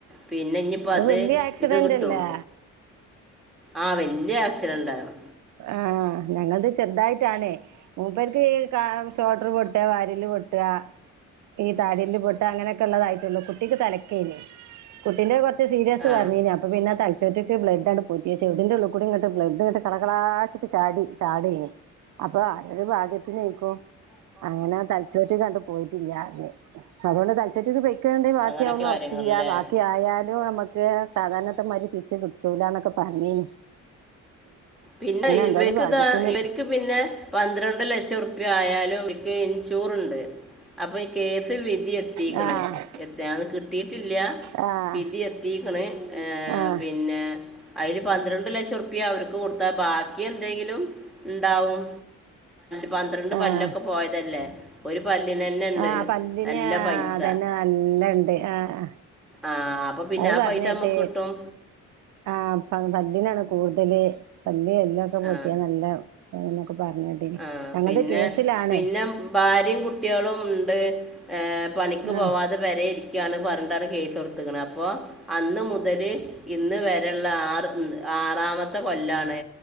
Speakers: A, in the centre; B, on the right.
A: പിന്നെ ഇനിയിപ്പൊ അത്
B: വല്യ ആക്സിഡന്റല്ലേ
A: ഇത് കിട്ടും ആ വലിയ ആക്സിഡന്റ് ആണ്
B: ആ ഞങ്ങളത് ചെറ്തായിട്ടാണേ മൂപ്പർക്ക് ഈ കാ ഷോൾട്ടർ പൊട്ടുക വാര്യല്ല് പൊട്ടുക ഈ താടി പൊട്ട അങ്ങനൊക്കെ ഉള്ളതായിട്ടേള്ളൂ കുട്ടിക്ക് തനക്കായിന് കുട്ടീന്റെ കൊറച്ച് സീരിയസ്
A: ആ
B: പറഞ്ഞഴ്ഞ്ഞ് അപ്പ പിന്നെ തച്ചറ്റോ ച്ച്ക്ക് ബ്ലഡാണ് പോറ്റി ചെവിടിന്റെ ഉള്ളൂകൂടി ഇങ്ങട്ട് ബ്ലഡ്‌ ചറകളച്ചിട്ട് ചാടി ചാടേഞ്ഞി അപ്പൊ ആരെ ഒരു ഭാഗ്യത്തിനിയിക്കോ അങ്ങനെ തലച്ചോറ്റിൽ കണ്ടു പോയിറ്റില്യാറഞ്ഞ് അതുകൊണ്ട് തലച്ചോറ്റിക്ക് പെയ് ക്കെണ്ട് ബാക്കിയാകന്നും
A: അങ്ങനൊക്കെ
B: റർപ്പല്ല
A: കാര്യങ്ങളല്ലേ
B: ബാക്കി ആയാല് നമുക്ക് സാധാരണത്തെമാതിരി തിരിച്ചു കിട്ടൂലന്നൊക്കെ പറഞ്ഞേന്
A: പിന്നെ ഇവർക്ക്
B: എന്തായാലും ഭാഗ്യത്തിന്
A: ഇതാ ഇവർക്ക് പിന്നെ പന്ത്രണ്ട് ലക്ഷംറുപ്പീ ആയാലുംക്ക് ഇൻഷൂർ ഉണ്ട് അപ്പോൾ ഈ കേസ് വിധി എത്തിക്ക്ണ്
B: ആഹ് ആഹ്
A: എന്ന് കിട്ടിട്ടില്ല
B: ആഹ്
A: പിതി എത്തിക്കണ് ഏർ
B: ആഹ്
A: പിന്നെ അയില് പന്ത്രണ്ട് ലക്ഷം റുപ്യ അവർക്ക് കൊടുത്ത ബാക്കി എന്തെങ്കിലും ണ്ടാവും പന്ത്രണ്ട് പല്ലൊക്കെ
B: ആഹ്
A: പോയതല്ലേ ഒരു പല്ലിനന്നെ ണ്ട്
B: ആഹ് പല്ലിന്
A: നല്ല പൈസ
B: അതന്നെ നല്ലണ്ട് ആഹ്
A: ആഹ അപ്പൊ പിന്നെ
B: അത്
A: ആ
B: പറഞ്ഞേട്ട്
A: പൈസ നമ്മക്ക് കിട്ടും
B: ആഹ് പല്ലിനാണ് കൂടുതല് പല്ല് എല്ലൊക്കെ പൊട്ടിയാ
A: ആ
B: നല്ല എന്നൊക്കെ പറഞ്ഞ് കേട്ടിനി
A: ആ
B: ഞങ്ങൾത്
A: പിന്നെ
B: കേസിലാണ്.
A: പിന്നെ ഭാര്യയും കുട്ടികളും ഉണ്ട്, പണിക്ക്
B: ആഹ്
A: പോവാതെ പെരേഇരിക്കയാണ് പറഞ്ഞിട്ടാണ് കേസ് കൊടുത്തിക്കണ അപ്പൊ അന്ന് മുതല് ഇന്ന് വരെയുള്ള ആർ ആറാമത്തെ കൊല്ലാണ്.